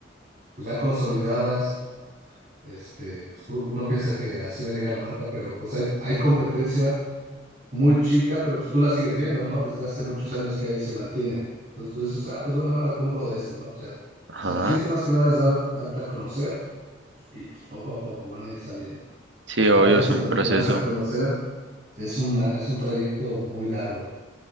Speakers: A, on the right; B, on the right.
A: pues, ya consolidadas Este, pues tú- uno piensa que así va a llegar la marca, pero pues hay, hay competencia muy chica, pero pues tú la sigues viendo, ¿no? Desde hace muchos años que ahí se mantiene. Entonces tú dices, ah, pues bueno, ahora compro de este, ¿no? O sea, o
B: Ajá.
A: sea, el chiste más que nada es dar, darte a conocer y pues, poco a poco van a ir saliendo.
B: Sí,
A: Pero
B: obvio,
A: para eso,
B: es un
A: en lo que
B: proceso.
A: te das a conocer, es una, es un trayecto muy largo.